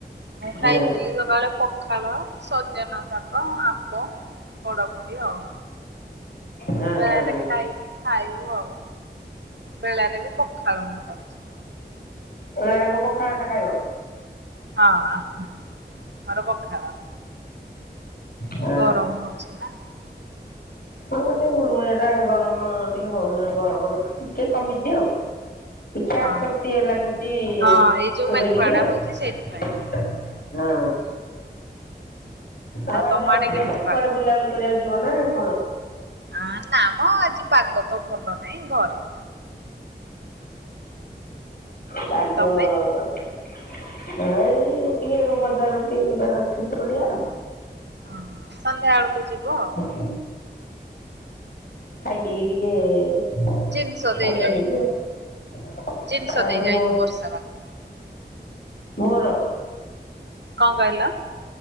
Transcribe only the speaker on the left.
ହଁ
ହଁ ହଁ
ହଁ।
ବେଳାରେବି ପଖାଳଭାତ ଖାଇବ।
ହଁ
ହଁ ଗୋଟେ ଗୁଳିଗୁଳିଆ ଟା ଗରମ ଟିକେ ହଉନି ଗରମ ଟିକେ କମିଛି ଆଉ। ଟିକେ ଆଶ୍ଵସ୍ତି
ଲାଗୁଚି
ଏବେ
ଟିକେ ଆଉ।
ହୁଁ ଆଉ ଆଜି
ରବିବର
କୁଆଡେ ବୁଲାବୁଲି କରିବାକୁ ଯିବ ନା କଣ?
ପାଗ
ଏଇ ଟିକେ ବଜାରରୁ ଟିକେ ଯିବାର ଅଛି ପରୁଡିଆ ଆଉ।
ହଁ ଖାଇ ପିଇକି ଟିକେ
ତାପରେ
ଯିବ
ଆର ମୁଁ
ଘୋର